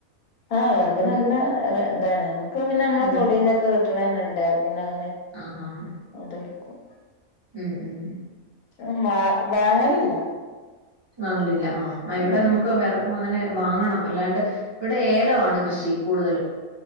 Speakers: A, on the left; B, on the right.
A: ആഹ് വെറക്നല്ല
B: അതുകൊണ്ട്
A: റെ ന്താണ് നമ്മുക്ക് പിന്നെ നമ്മളെ
B: ഉം
A: തൊടീന്നൊക്കെ വെ ട്ട്ണന്നെണ്ട് പിന്നങ്ങനെ
B: ആഹ് ഹ ഹ
A: അതെട്ക്കും
B: ഉം ഊം
A: ഉം മാ വാങ്ങലില്ല
B: വാങ്ങലില്ല ആഹ് അ ഇവിടെ
A: ഉം
B: നമുക്ക് വെറ അമ്മങ്ങനെ വാങ്ങണം അല്ലാണ്ട് വിടെ ഏലൊ ആണ് കൃഷി കൂടുതലും